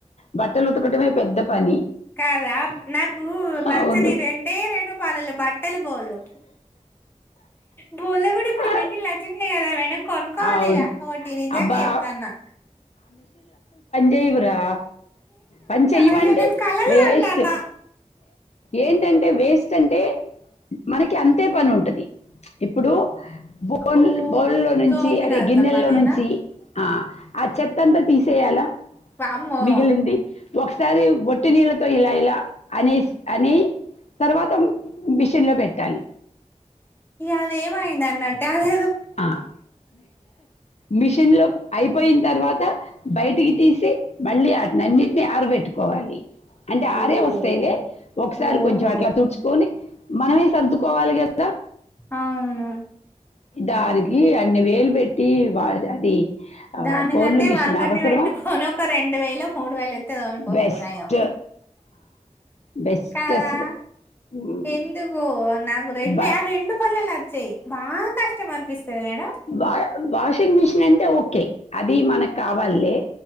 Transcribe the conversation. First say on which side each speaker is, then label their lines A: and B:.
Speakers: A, on the left; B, on the left.
A: బట్టలు ఉతకటమే పెద్ద పని
B: కాదా నాకు నచ్చని
A: అవును
B: రెండే రెండు పనులు బట్టలు బోలు బోల కూడా ఇప్పుడు
A: ఆ,
B: మిటిన్ అచినయి కదా మేడం కొనుకోవాలిగా
A: అవును
B: టి నిజంగా
A: అబ్బా
B: చెప్తాన్నా
A: చెయవురా పని చెయవంటే
B: అయ్యో! నేను కళ్ళలో
A: వేస్ట్
B: అంటాన్నా.
A: ఏంటంటే వేస్ట్ అంటే మనకి అంతే పని ఉంటుంది ఇప్పుడు బోన్
B: ఓహో!
A: బోన్ లో నుంచి
B: తోమినంత
A: అదే గిన్నెల్లో
B: పనేనా?
A: నుంచి ఆ ఆ చెత్తంతా తీసేయాలా
B: వామ్మో!
A: మిగిలింది ఒక ఒకసారి ఒట్టి నీళ్ళతో ఇలా ఇలా అని అని తర్వాత మిషన్ లో పెట్టాలి
B: ఇ అదేమైంద అన్నట్టే అదే
A: ఆ మిషన్ లో అయిపోయిన తర్వాత త బయటికి తీసి మళ్ళీ వాటిని అన్నిటినీ ఆరబెట్టుకోవాలి అంటే
B: ఓహ్!
A: ఆరే వస్తాలే ఒకసారి
B: ఓహో!
A: కొంచెం అట్లా తుడుచుకొని మనమే సర్దుకోవాలి కదా
B: ఆవును
A: దానికి అన్ని వేలు పెట్టి అది ఆ,
B: దానికంటే
A: బోర్డుల మిషన్
B: వర్కన్ని
A: అవసరమా
B: పెట్టుకొని ఒక రెండు వేలు మూడు వేలు ఎ పోతే
A: బెస్ట్
B: న్యాయం
A: బెస్ట్
B: కాదా
A: అసలు ఉమ్,
B: ఎందుకు నాకు రెండు
A: బ-
B: ఆ రెండు పళ్లలు నచ్చాయ్ బాగా కష్టం అనిపిస్తుంది మేడం
A: వా వాషింగ్ మిషిన్ అంటే ఓకే అది మనకు కావాల్లే